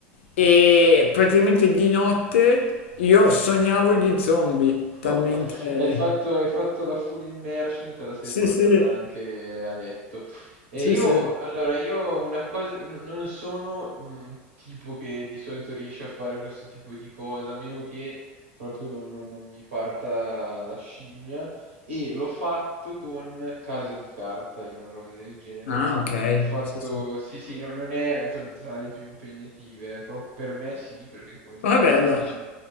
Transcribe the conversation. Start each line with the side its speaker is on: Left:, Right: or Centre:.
Left: e praticamente di notte io sognavo gli zombie,
Right: <laughs>
Left: talmente...
Right: Hai fatto, hai fatto la full immersion e te la sei
Left: Sì,
Right: portata
Left: sì,
Right: anche a letto. E
Left: sì,
Right: io,
Left: sì.
Right: allora, io una cosa, n- non sono un tipo che di solito riesce a fare questo tipo di cosa, a meno che proprio non, non- non mi parta la scimmia. E l'ho fatto con Casa di Carta, io una roba del genere.
Left: Ah, ok.
Right: Ho fatto,
Left: Sì, sì.
Right: sì, sì, no- non è tra tra le più impegnative, però per me sì, perché come ti
Left: Ah,
Right: dicevo,
Left: bella.
Right: non sono-